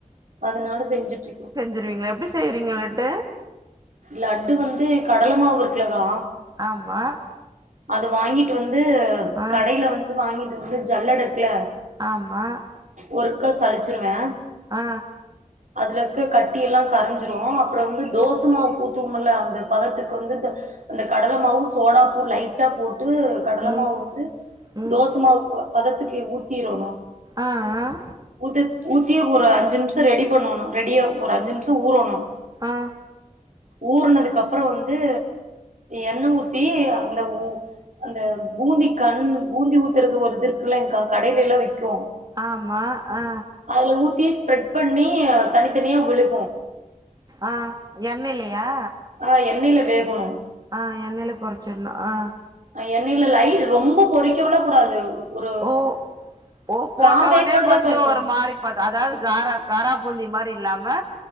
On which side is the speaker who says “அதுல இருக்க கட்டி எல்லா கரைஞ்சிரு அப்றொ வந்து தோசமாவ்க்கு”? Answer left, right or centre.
Right